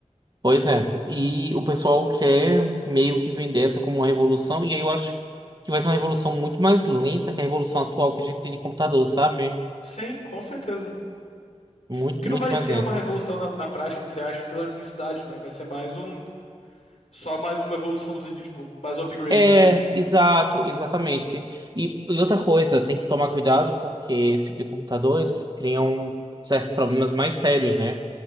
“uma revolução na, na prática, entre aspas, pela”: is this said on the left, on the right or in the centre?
Left